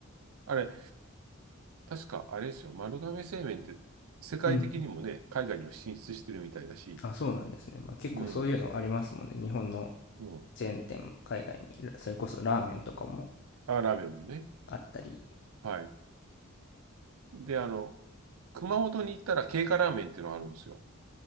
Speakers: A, on the right (about 70°); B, on the left (about 55°).
A: あれ、確かあれですよ。丸亀製麺って世界的にもね、
B: うん
A: 海外にも進出してるみたいだし。
B: あ、そうなんですね。まあ、結構そういうのありますもんね。
A: うん。
B: 日本の
A: うん。
B: チェーン店も海外に、それこそラーメンとかも
A: あ、ラーメンもね。
B: あったり、
A: はい。で、あの、熊本に行ったら経過ラーメンっていうのがあるんですよ。